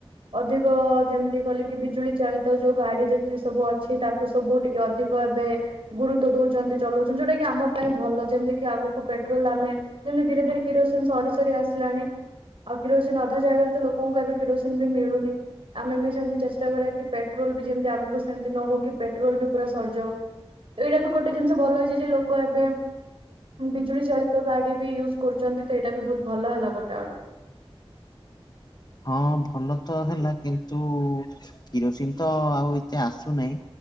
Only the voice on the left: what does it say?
ହଁ ଭଲ ତ ହେଲା କିନ୍ତୁ କିରୋସିନ ତ ଆଉ ଏତେ ଆସୁନାହିଁ।